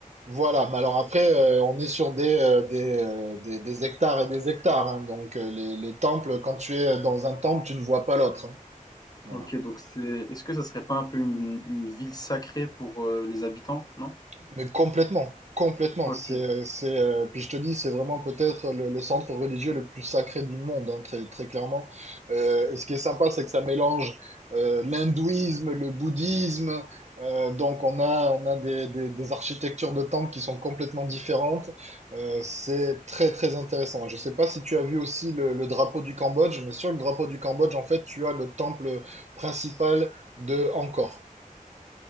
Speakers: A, on the right; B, on the left.
A: Voilà, mais alors après, euh, on est sur des, euh, des, euh, des, des hectares et des hectares. hein. donc euh, les, les temples, quand tu es dans un temple, tu ne vois pas l'autre. hein. Voilà.
B: OK, donc c'est est-ce que ça serait pas un peu une une ville sacrée pour, heu, les habitants, non?
A: Mais complètement, complètement.
B: OK.
A: C'est, euh, c'est, euh, puis je te dis, c'est vraiment peut-être le, le centre religieux le plus sacré du monde, hein, très, très clairement. Euh, et ce qui est sympa, c'est que ça mélange euh, l'hindouisme, le bouddhisme. Euh, donc on a, on a des, des, des architectures de temples qui sont complètement différentes. Euh, c'est très, très intéressant. Je sais pas si tu as vu aussi le, le drapeau du Cambodge, mais sur le drapeau du Cambodge, en fait, tu as le temple principal de Angkor